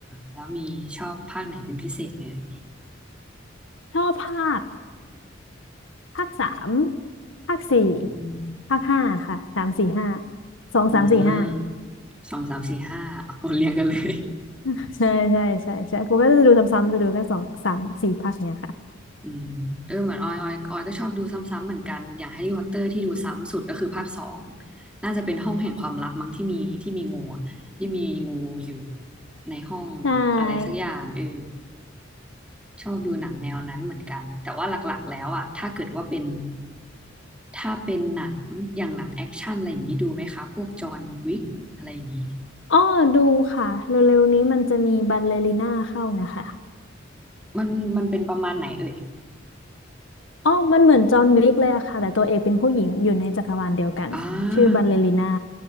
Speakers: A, in the centre; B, on the left.
A: แล้วมีชอบภาคไหนเป็นพิเศษไหมเอ่ย
B: ชอบภาคภาคสามภาคสี่
A: อืม
B: ภาคห้าค่ะสามสี่ห้าสองสามสี่ห้า
A: อืมสองสามสี่ห้าเอาเรียงกันเลย
B: <laughs> ใช่ใช่ใช่ใช่ผมก็จะดูซ้ำๆจะดูแค่สองสามสี่ภาคเนี้ยค่ะ
A: อืมเออเหมือนออยออยออยก็ชอบดูซ้ำๆเหมือนกันอย่างแฮร์รี่พอตเตอร์ที่ดูซ้ำสุดก็คือภาคสองน่าจะเป็นห้องแห่งความลับมั้งที่มีที่มีงูอะที่มีงูอยู่ในห้องอะไรสักอย่างเออ
B: ได้
A: ชอบดูหนังแนวนั้นเหมือนกันแต่ว่าหลักๆแล้วอ่ะถ้าเกิดว่าเป็นถ้าเป็นหนังอย่างหนังแอคชั่นอะไรอย่างนี้ดูไหมคะพวกจอห์นวิกอะไรอย่างนี้
B: อ้อดูค่ะเร็วๆนี้มันจะมีบัลเลริน่าเข้านะคะ
A: มันมันเป็นประมาณไหนเอ่ย
B: อ้อมันเหมือนจอห์นวิกเลยอะค่ะแต่ตัวเอกเป็นผู้หญิงอยู่ในจักรวาลเดียวกันชื่อบัลเลริน่า
A: อ่า